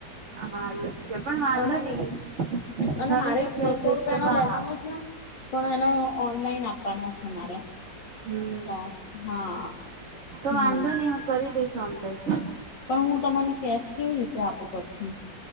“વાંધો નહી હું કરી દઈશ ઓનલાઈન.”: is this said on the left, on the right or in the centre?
Right